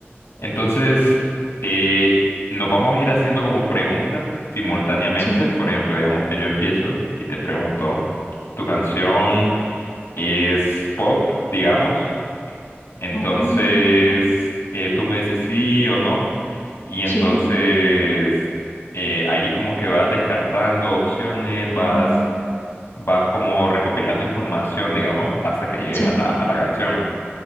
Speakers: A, on the left (about 85°); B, on the left (about 65°).
A: Entonces, eh, nos vamos a ir haciendo como preguntas simultáneamente.
B: Sí.
A: Por ejemplo, digamos que yo empiezo y te pregunto, ¿tu canción... Es pop, digamos. Entonces,
B: Oh,
A: eh, tú me dices sí o no. Y entonces,
B: sí.
A: eh, ahí como que vas descartando opciones, vas,
B: oh,
A: vas como recopilando información, digamos, hasta que llegues
B: sí.
A: a la, a la canción.